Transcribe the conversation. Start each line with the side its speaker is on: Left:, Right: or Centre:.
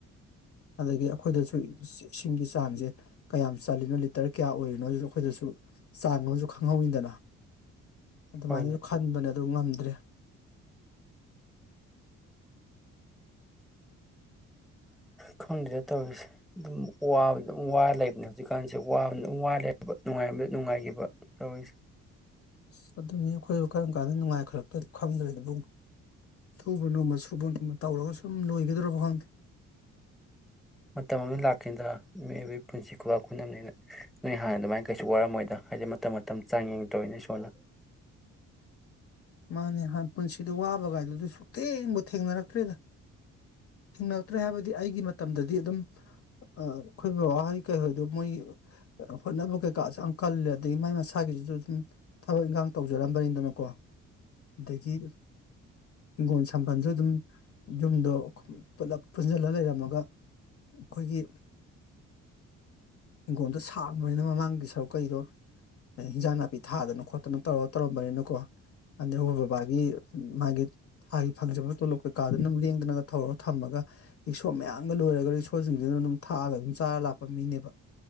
Left: ꯑꯗꯒꯤ ꯑꯩꯈꯣꯏꯗꯁꯨ ꯏꯁꯤꯡꯒꯤ ꯆꯥꯡꯁꯦ ꯀꯌꯥꯝ ꯆꯜꯂꯤꯅꯣ ꯂꯤꯇꯔ ꯀꯌꯥ ꯑꯣꯏꯔꯤꯅꯣ ꯑꯗꯨꯁꯨ ꯑꯩꯈꯣꯏꯗꯁꯨ ꯆꯥꯡ ꯑꯃꯁꯨ ꯈꯪꯍꯧꯋꯤꯗꯅ ꯑꯗꯨꯃꯥꯏꯅꯁꯨ
Centre: ꯍꯣꯏꯅꯦ
Left: ꯈꯟꯕꯅ ꯑꯗꯨ ꯉꯝꯗ꯭ꯔꯦ
Centre: ꯈꯪꯗꯗ ꯇꯧꯔꯤꯁꯦ ꯑꯗꯨꯝ ꯋꯥꯕꯅ ꯑꯗꯨꯝ ꯋꯥ ꯂꯩꯕꯅꯦ ꯍꯧꯖꯤꯛꯀꯥꯟꯁꯦ ꯋꯥꯕꯅ ꯑꯗꯨꯝ ꯋꯥ ꯂꯩꯕ ꯅꯨꯡꯉꯥꯏꯕꯗ ꯅꯨꯡꯉꯥꯏꯈꯤꯕ ꯇꯧꯔꯤꯁꯦ
Left: ꯑꯁ ꯑꯗꯨꯅꯤ ꯑꯩꯈꯣꯏ ꯀꯔꯝ ꯀꯥꯟꯗ ꯅꯨꯡꯉꯥꯏꯈꯂꯛꯇꯣꯏ ꯈꯪꯗ꯭ꯔꯦ ꯑꯗꯨꯕꯨꯡ ꯁꯨꯕ ꯅꯣꯃ ꯁꯨꯕ ꯅꯣꯃ ꯇꯧꯔꯒ ꯁꯨꯝ ꯂꯣꯏꯒꯗ꯭ꯔꯕ ꯈꯪꯗꯦ
Centre: ꯃꯇꯝ ꯑꯃꯗ ꯂꯥꯛꯀꯗ ꯃꯤꯑꯣꯏꯕꯒꯤ ꯄꯨꯟꯁꯤ ꯈꯨꯋꯥꯥꯛ ꯈꯨꯅꯕꯅꯤꯅ ꯅꯣꯏ ꯍꯥꯟꯅ ꯑꯗꯨꯃꯥꯏꯅ ꯀꯩꯁꯨ ꯋꯥꯔꯝꯃꯣꯏꯗ ꯍꯥꯏꯗꯤ ꯃꯇꯝ ꯃꯇꯝ ꯆꯥꯡ ꯌꯦꯡ ꯇꯧꯔꯤꯅꯦ ꯏꯁꯣꯔꯅ
Left: ꯃꯥꯅꯦ ꯍꯥꯟ ꯄꯨꯟꯁꯤꯗ ꯋꯥꯕ ꯀꯥꯏꯗꯨꯗ ꯁꯨ ꯊꯦꯡꯕꯨ ꯊꯦꯡꯅꯔꯛꯇ꯭ꯔꯦꯗ ꯊꯦꯡꯅꯛꯇ꯭ꯔꯦ ꯍꯥꯏꯕꯗꯤ ꯑꯩꯒꯤ ꯃꯇꯝꯗꯗꯤ ꯑꯗꯨꯝ ꯑꯩꯈꯣꯏ ꯕꯕꯥꯍꯣꯏ ꯀꯩꯍꯣꯏꯗꯣ ꯃꯣꯏ ꯍꯣꯠꯅꯕ ꯀꯩꯀꯥꯁꯨ ꯌꯥꯝ ꯀꯜꯂꯦ ꯑꯗꯒꯤ ꯃꯥꯏ ꯃꯁꯥꯒꯤꯁꯤꯁꯨ ꯑꯗꯨꯝ ꯊꯕꯛ ꯏꯪꯈꯥꯡ ꯇꯧꯖꯔꯝꯕꯅꯤꯗꯅꯀꯣ ꯑꯗꯒꯤ ꯍꯤꯡꯒꯣꯜ ꯁꯥꯝꯕꯜꯁꯨ ꯑꯗꯨꯝ ꯌꯨꯝꯗꯣ ꯄꯨꯂꯞ ꯄꯨꯟꯁꯤꯜꯂ ꯂꯩꯔꯝꯃꯒ ꯑꯩꯈꯣꯏꯒꯤ ꯍꯤꯡꯒꯣꯜꯗꯣ ꯁꯥꯡꯕꯅꯤꯅ ꯃꯃꯥꯡꯒꯤ ꯁꯔꯨꯛ ꯀꯩꯗꯣ ꯍꯤꯟꯖꯥꯡ ꯅꯥꯄꯤ ꯊꯥꯗꯅ ꯈꯣꯠꯇꯅ ꯇꯧꯔ ꯇꯧꯔꯝꯕꯅꯤꯅꯀꯣ ꯑꯗꯩ ꯑꯩꯈꯣꯏ ꯕꯕꯥꯒꯤ ꯃꯥꯒꯤ ꯊꯥꯒꯤ ꯐꯪꯖꯕ ꯇꯣꯂꯣꯞ ꯀꯩꯀꯥꯗꯅꯝ ꯂꯦꯡꯗꯅ ꯊꯧꯔꯒ ꯊꯝꯃꯒ ꯏꯁꯣ ꯃꯌꯥꯝꯒ ꯂꯣꯏꯔꯒ ꯏꯁꯣꯁꯤꯡꯁꯤꯗꯅ ꯑꯗꯨꯝ ꯊꯥꯛꯑꯒ ꯑꯗꯨꯝ ꯆꯥꯔ ꯂꯥꯛꯄ ꯃꯤꯅꯦꯕ